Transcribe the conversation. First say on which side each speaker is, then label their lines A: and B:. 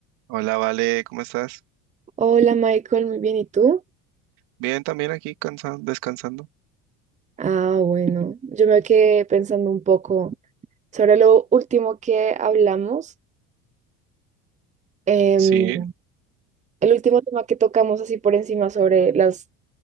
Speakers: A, on the right; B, on the right.
A: Hola, Vale, ¿cómo estás?
B: Hola Michael, muy bien, ¿y tú?
A: Bien, también aquí cansado, descansando.
B: Ah, bueno, yo me quedé pensando un poco sobre lo último que hablamos, em,
A: Sí.
B: el último tema que tocamos así por encima sobre las